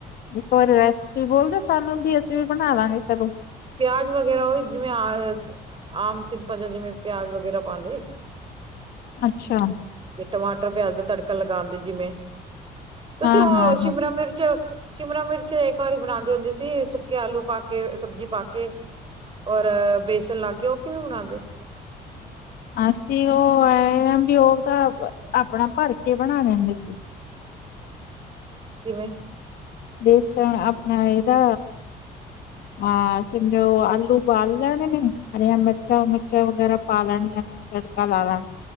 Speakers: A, on the left; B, on the right.
A: ਇੱਕ ਵਾਰੀ ਰੈਸਪੀ ਬੋਲ ਦੇ ਸਾਨੂੰ ਬੀ, ਅਸੀ ਵੀ ਬਨਾ ਲਾਂਗੇ ਕਦੋਂ।
B: ਪਿਆਜ ਵਗੈਰਾ ੳਵੇਂ ਜਿਵੇਂ ਅਸ ਆਮ ਸਿੰਪਲ ਜਾਂ ਜਿਵੇਂ ਪਿਆਜ ਵਗੈਰਾ ਪਾਂਦੇ।
A: ਅੱਛਾ
B: ਤੇ ਟਮਾਟਰ ਪਿਆਜ ਦਾ ਤੜਕਾ ਲਗਾਂਦੇ ਜਿਵੇਂ। ਤੁਸੀ
A: ਹਾਂ-ਹਾਂ-ਹਾਂ
B: ੳਹ ਸ਼ਿਮਲਾ ਮਿਰਚ, ਸ਼ਿਮਲਾ ਮਿਰਚ ਇੱਕ ਵਾਰੀ ਬਨਾਦੇ ਹੁੰਦੇ ਸੀ ਸੁੱਕੇ ਆਲੂ ਪਾ ਕੇ ਸਬਜੀ ਪਾ ਕੇ ਔਰ ਬੇਸਨ ਲਾ ਕੇ, ੳਹ ਕਿਵੇਂ ਬਨਾਦੇ?
A: ਅਸੀ ੳਹ ਐ ਆ ਵੀ ੳਹ ਤਾਂ ਅਪਨਾ ਭਰ ਕੇ ਬਨਾ ਲੈਂਦੇ ਸੀ।
B: ਕਿਵੇਂ?
A: ਬੇਸਨ ਅਪਨਾ ਏਦਾ ਹਾਂ ਸਮਝੋ ਆਲੂ ੳਬਾਲ ਲੈਨੇ ਨੇ, ਹਰੀਆਂ ਮਿਰਚਾ ਚਾ ਵਗੈਰਾ ਪਾ ਲੈਣੀਆ ਨੇ ਫੇਰ ਤੜਕਾ ਲਾ ਲਾ,